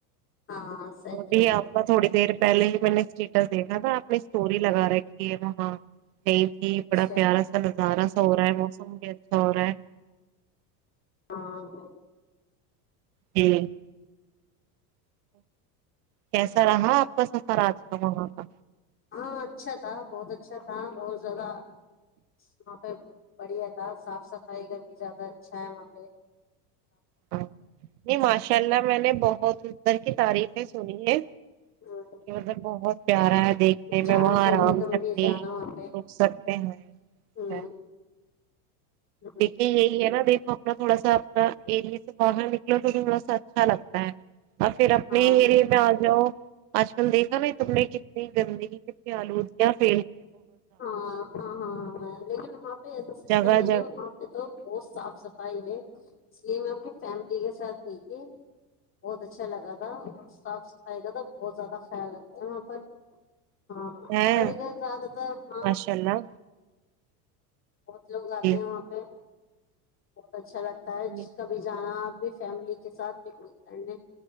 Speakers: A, on the left; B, on the right.
A: ہاں صحیح
B: وہ بھی
A: ہے
B: آپا تھوڑی دیر پہلے ہی میں نے اسٹیٹس دیکھا تھا اپنی اسٹوری لگا رہے کہ یہ وہ ہاں یہ بھی
A: اچھا
B: بڑا پیارا <unintelligible> ہزارا سا ہو رہا ہے موسم بھی اچھا ہو رہا ہے
A: آ <inaudible>
B: جی <inaudible> کیسا رہا آپ کا سفر آج کا وہاں کا
A: ہاں اچھا تھا بہت اچھا تھا بہت زیادہ وہاں پہ بڑھیا تھا صاف صفائی کر بھی زیادہ بھا م <unintelligible>
B: ہاں نہیں ماشاء اللہ میں نے بہت ادھر کی تعریفیں سنی ہے
A: ہوں۔
B: کہ مطلب بہت پیارا ہے دیکھنے
A: جانا
B: میں وہاں
A: چاہیے
B: آرام
A: تم
B: سے اپنی
A: بھی جانا وہاں پہ
B: رک سکتے ہیں
A: ہوں، ہوں،
B: دیکیکے یہی ہے نا د اپنا تھوڑا سا اپنا اریے سے باہر نکلے تو تھوڑا سا اچھا لگتا ہے پھر اپنے
A: ہاں
B: اریے میں آ جاؤ آج کل دیکھا میں تم نے کتنی گندی کتنی آلودگیاں پ
A: ہاں ہاں ہاں ہاں ہ لیکن وہاں ایسا سسٹم
B: جگہ
A: نہیں
B: جگہ
A: ہے وہاں پہ تو بہت صاف صفائی ہے اس لیے میں اپنی فیملی کے ساتھ گئی تھی بہت اچھا لگا تھا اور صاف سفائی کا تو بہت زیادہ خیال رکھا وہاں پر <inaudible> ہاں
B: ہے
A: اورر ج زات تھا <inaudible>
B: ماشاء اللہ
A: بہت لوگ آتے
B: جی
A: ہیں وہاں پہ بہت اچھا لگتا
B: جی
A: ہوتا ہے کبھی جانا فیملی کے ساتھ پکنک کرنے